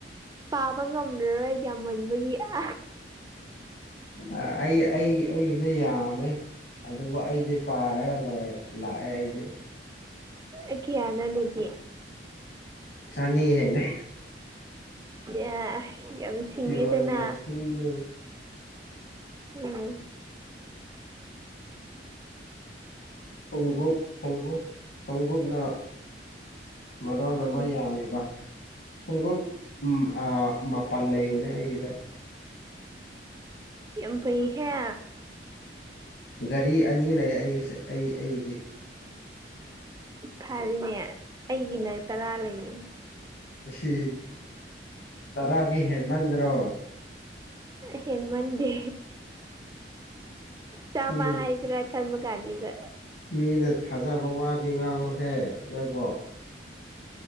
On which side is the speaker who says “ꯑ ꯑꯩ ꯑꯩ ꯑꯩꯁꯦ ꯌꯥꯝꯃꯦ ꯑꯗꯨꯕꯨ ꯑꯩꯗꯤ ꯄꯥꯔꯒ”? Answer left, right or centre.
Left